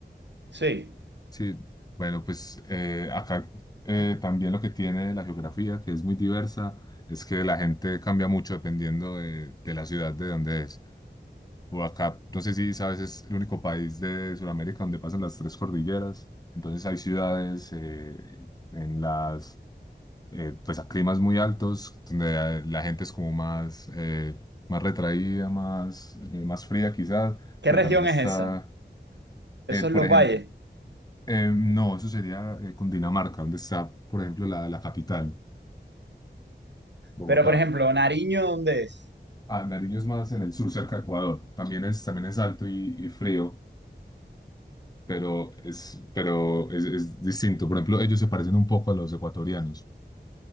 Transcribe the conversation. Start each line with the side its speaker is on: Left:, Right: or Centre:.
Right: Sí.
Left: Sí, bueno, pues eh, acá eh, también lo que tiene la geografía, que es muy diversa, es que la gente cambia mucho dependiendo de, de la ciudad de donde es. O acá, no sé si sabes, es el único país de Sudamérica donde pasan las tres cordilleras. Entonces hay ciudades eh, en las, eh, pues a climas muy altos, donde la, la gente es como más, eh, más retraída, más, eh, más fría quizás,
Right: ¿Qué
Left: pero
Right: región
Left: también está,
Right: es esa? Eso
Left: eh, por
Right: es los
Left: ejemplo,
Right: valles.
Left: eh, no, eso sería eh, Cundinamarca, donde está, por ejemplo, la, la capital, Bogotá.
Right: Pero, por ejemplo, Nariño, ¿dónde es?
Left: Ah, Nariño es más en el sur, cerca de Ecuador. También es, también es alto y, y frío, pero es, pero es, es distinto. Por ejemplo, ellos se parecen un poco a los ecuatorianos.